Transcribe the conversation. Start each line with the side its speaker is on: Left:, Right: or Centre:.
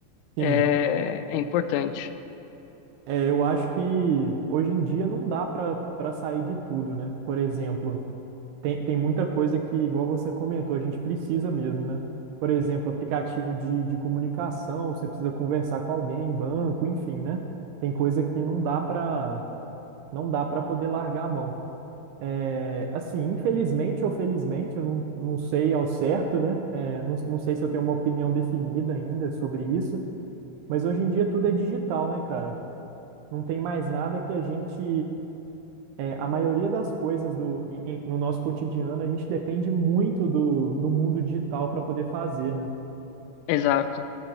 Right: Sim.
Left: é, é importante.
Right: É, eu acho que hoje em dia não dá para para sair de tudo, né? Por exemplo, Tem, tem muita coisa que, igual você comentou, a gente precisa mesmo, né? Por exemplo, aplicativo de, de comunicação, você precisa conversar com alguém, banco, enfim, né? Tem coisa que não dá para não dá para poder largar a mão. É, assim, infelizmente ou felizmente, eu não, não sei ao certo, né? É, não, não sei se eu tenho uma opinião definida ainda sobre isso, mas hoje em dia tudo é digital, né, cara? Não tem mais nada que a gente é, a maioria das coisas do, em- em- no nosso cotidiano, a gente depende muito do, do mundo digital para poder fazer, né?
Left: Exato.